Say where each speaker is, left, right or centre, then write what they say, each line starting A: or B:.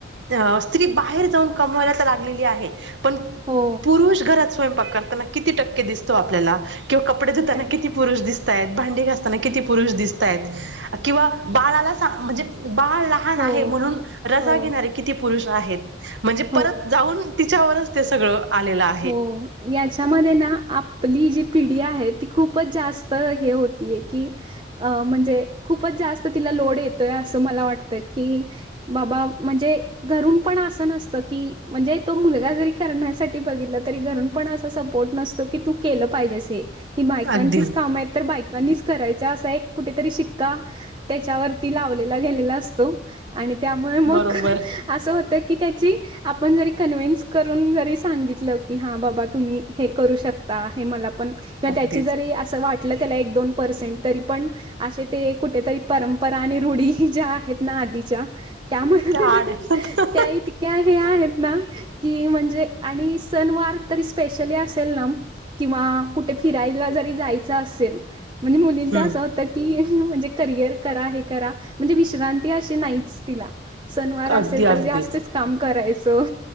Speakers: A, on the right (about 80°); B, on the right (about 25°).
A: अ स्त्री बाहेर जाऊन कमवायला तर लागलेली आहे पण
B: हो
A: पुरुष घरात स्वयंक करताना किती टक्के दिसतो आपल्याला किंवा कपडे धुताना
B: काय
A: किती पुरुष दिसता येत भांडी घासताना किती पुरुष दिसता येत. किंवा बाळाला सां म्हणजे बाळ लहान
B: हो
A: आहे म्हणून रजा
B: हो
A: घेणारे कि ती पुरुष आहेत म्हणजे
B: हो
A: परत जाऊन तिच्यावरच ते सगळं आलेलं आ
B: हो याच्यामध्ये ना आपली जी पिढी आहे ती खूपच जास्त हे होतीय की अं म्हणजे खूपच जास्त तिला लोड येत तय असं मला वाटत की बाबा म्हणजे घरून पण असं नसतं की म्हणजे तो मुलगा जरी करण्यासाठ बघितल तरी घरून पण असा सपोर्ट नसतो की तू केलं पाहिजेस हे की बायकांचीच
A: अगदी
B: कामं हे तर बाय त्यांनीचं करायचा असा एक कुठेतरी शिक्का त्याच्यावरती लावलेला गेलेला अस तो आणि त्यामुळे मग
A: बरोबर
B: असं होतं की त्याची आपण जरी कन्व्हन्स करून जरी सांगितलं की हां बाबा तुम्ही हे करू शकता हे मला पण किंवा
A: अगदीच
B: त्याची जरी असं वाट कि त्याला एक दोन पर्सेंट तरी पण असे ते कुठेतरी परंपरा आणि रूढी ज्या आहेत ना आधीच्या त्यामुळे हं
A: त्या
B: हं
A: आड
B: हं
A: हम्म
B: त्या इत् क्या हे आहेत ना की म्हणजे आणि सणवार तरी स्पेशली असेल ना किंवा कुठे फिराय जरी जायचं असेल म्हणजे मुलींनचं
A: हम्म
B: असं होत की अशी म्हणजे करिअर करा हे करा म्हणजे विश्रांती अशी नाहीच. तीला सणवार असेल
A: अगदी अगदीच
B: तर जास्तच काम करायचं